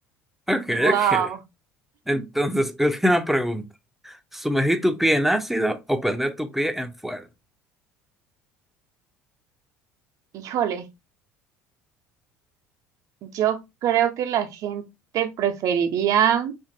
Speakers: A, in the centre; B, on the right (about 55°).
A: Ok,
B: Wow.
A: ok. Entonces, <laughs> última pregunta. ¿Sumergir tu pie en ácido o prender tu pie en fuego?
B: Híjole, yo creo que la gente preferiría